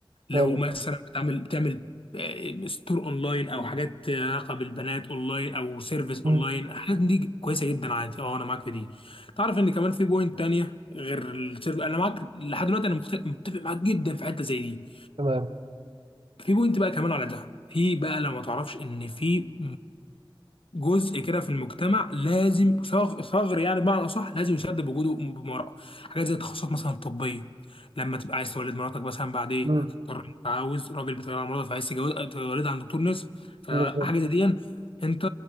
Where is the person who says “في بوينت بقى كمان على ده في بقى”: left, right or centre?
Left